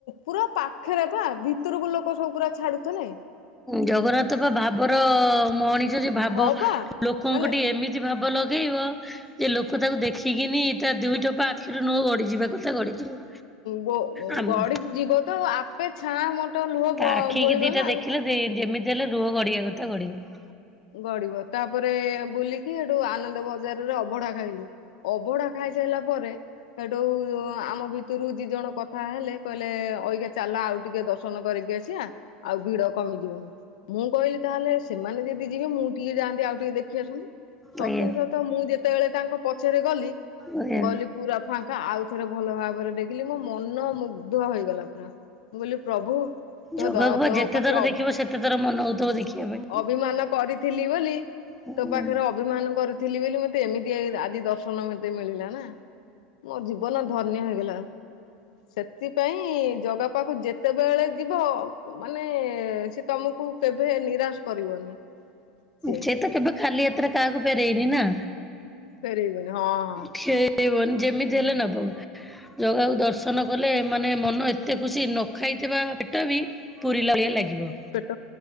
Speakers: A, on the left; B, in the centre.
A: ପୁରା ପାଖରେ ବା ଭିତରକୁ ଲୋକ ସବୁ ପୁରା ଛାଡୁଥନାଇ।
B: ଜଗନ୍ନାଥ ବା ଭାବର ମଣିଷ ଯେ ଭାବ
A: ହଁ ପା
B: ଲୋକଙ୍କଠି
A: ମାନେ
B: ଏମିତି ଭାବ ଲଗେଇବ ଯେ ଲୋକ ତାକୁ ଦେଖିକିନି ତା ଦୁଇଟୋପା ଆଖିରୁ ନୁହଁ ଗଡିଯିବା କଥା ଗଡିଯିବ।
A: ଗ
B: ଆମେ
A: ଗଡ଼ି ଯିବ ତ ଆପେ ଛାଆଁ ମୋଟ ଲୁହ
B: ତା
A: ବୋହିଗଲା
B: ଆଖିକି ଦିଟା
A: ଆଉ।
B: ଦେଖିଲେ ଯେମିତି ହେଲେ ଲୁହ ଗଡ଼ିବା କଥା ଗଡିବ।
A: ଗଡିବ ତାପରେ ବୁଲିକି ଏଠୁ ଆନନ୍ଦ ବଜାରରେ ଅବଢା ଖାଇଲୁ। ଅଭଡା ଖାଇସାରିଲା ପରେ ସେଠୁ ଆମ ଭିତରୁ ଦି ଜଣ କଥା ହେଲେ କହିଲେ ଅଇଗା ଚାଲା ଆଉ ଟିକେ ଦର୍ଶ ନ କରିକି ଆସିବା ଆଉ ଭିଡ଼ କମିଯିବନି ମୁଁ କହିଲି ତାହେଲେ ସେମାନେ ବି ଯିବେ ମୁଁ ଟିକେ ଯାଆନ୍ତି ଆଉ ଟିକେ ଦେଖି ଆସନ୍ତି ସତକୁ
B: ଆଜ୍ଞା
A: ସତ ମୁଁ ଯେତେବେଳେ ତାଙ୍କ ପଛରେ ଗଲି
B: ଆଜ୍ଞା।
A: ଗଲି। ପୁରା ଫାଙ୍କା ଆଉ ଥରେ ଭଲ ଭାବରେ ଦେଖିଲି ମୋ ମନ ମୁଗ୍ଧ ହେଇଗଲା ପୁରା। ମୁଁ କହିଲି ପ୍ରଭୁ ତୋ
B: ଜଗାକୁ
A: ଦ
B: ବା
A: ତୋ
B: ଯେତେ
A: ପାଖରେ
B: ଥର
A: ଅ
B: ଦେଖିବ ସେତେ ଥର ମନ ହଉଥିବ ଦେଖିବା ପାଇଁ।
A: ଅଭିମାନ କରିଥିଲି ବୋଲି।
B: ହୁଁ।
A: ତୋ ପାଖରେ ଅଭିମାନ କରିଥିଲି ବୋଲି ମତେ ଏମିତି ଆଜି ଦର୍ଶନ ମତେ ମିଳିଲା ନା। ମୋ ଜୀବନ ଧନ୍ୟ ହେଇଗଲା। ସେଥିପାଇଁ ଜଗା ପାଖକୁ ଯେତେବେଳେ ଯିବ ମାନେ ସେ ତମକୁ କେବେ ନିରାଶ କରିବନି। ସିଏ
B: ସେ ତ କେବେ ଖାଲି ହାତରେ କାହାକୁ ଫେରେଇନି ନା।
A: ଫେରଇବନି ହଁ। ହଁ।
B: ଠିଆଇବନି ଯେମିତି
A: ହୁଁ।
B: ହେଲେ ନବ ଜଗାକୁ ଦର୍ଶନ କଲେ ମାନେ ମନ ଏତେ ଖୁସି ନ ଖାଇଥିବା ପେଟ ବି ପୁରିଲାଭଳିଆ ଲାଗିବ।
A: ପେଟ